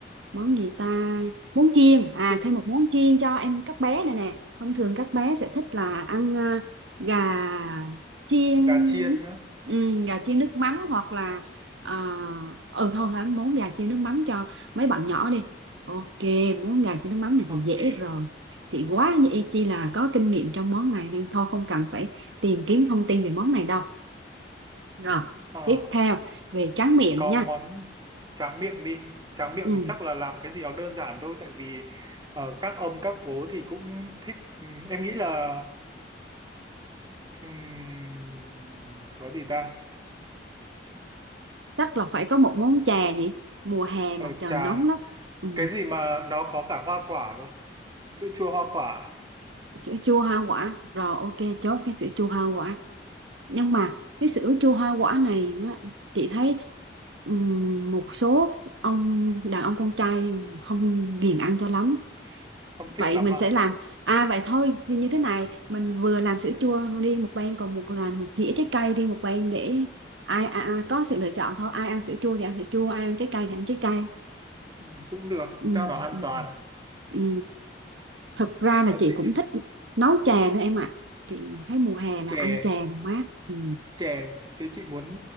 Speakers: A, on the right (about 80°); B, on the right (about 20°).
A: món gì ta? Món chiên. À
B: Tự-
A: thêm một món chiên cho em các bé này nè thông thường các bé sẽ thích là ăn ờ, gà chiên
B: gà chiên
A: nước
B: nữa
A: ừ, gà chiên nước mắm hoặc là ờ, ừ thôi là ăn món gà chiên nước mắm cho mấy bạn nhỏ đi ok món gà chiên nước mắm này
B: ok
A: thì dễ rồi chị quá như y chi là có kinh nghiệm trong món này nên thôi không cần phải tìm kiếm thông tin về món này đâu rồi
B: ờ
A: tiếp theo về tráng miệng
B: có
A: nha
B: món tráng miệng đi tráng miệng
A: ừ,
B: chắc là làm cái gì nó đơn giản thôi tại vì ờ, các ông các bố thì cũng thích ừ, em nghĩ là Ừm, có gì ta?
A: chắc là phải có một món chè nhỉ mùa hè
B: Ờ
A: mà trời
B: trà,
A: nóng lắm ừ.
B: cái gì mà nó có cả hoa quả cơ? Sữa chua hoa quả,
A: sữa chua hoa quả rồi ok chốt cái sữa chua hoa quả nhưng mà cái sữa chua hoa quả này á, chị thấy ừm, một số ông đàn ông con trai không ghiền ăn cho lắm
B: không thích
A: vậy
B: lắm
A: mình
B: à?
A: sẽ làm à vậy thôi thì như thế này mình vừa làm sữa chua riêng một bên còn một là một dĩa trái cây riêng một bên để ai à, à, có sự lựa chọn thôi ai ăn sữa chua thì ăn sữa chua ai ăn trái cây thì ăn trái cây
B: Ừ, cũng được,
A: ừ,
B: cho nó an
A: ừ,
B: toàn.
A: ừ. Thật ra là
B: Mà
A: chị
B: chị
A: cũng thích nấu chè nữa em ạ. Chị thấy mùa hè là
B: chè,
A: ăn chè là mát. Ừ.
B: chè, thế chị muốn